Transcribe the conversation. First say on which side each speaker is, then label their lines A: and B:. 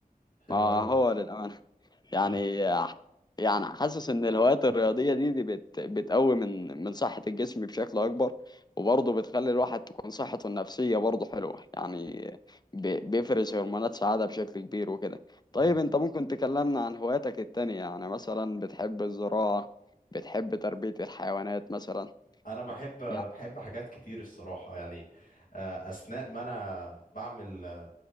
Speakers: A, on the left; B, on the left.
A: حلو
B: ما
A: قوي
B: هو
A: يعني
B: للأمانة يعني
A: اه
B: يعني حاسس إن الهوايات الرياضية دي, دي بت بتقوي من من صحة الجسم بشكل أكبر وبرضه بتخلي الواحد تكون صحته النفسية برضه حلوة يعني ب- بيفرز هرمونات سعادة بشكل كبير وكده
A: مم.
B: طيب أنت ممكن تكلمنا عن هواياتك التانية يعني مثلا بتحب الزراعة بتحب تربية الحيوانات مثلا
A: انا بحب
B: يعني
A: بحب حاجات كتير الصراحة يعني آه، اثناء ما انا بعمل آه،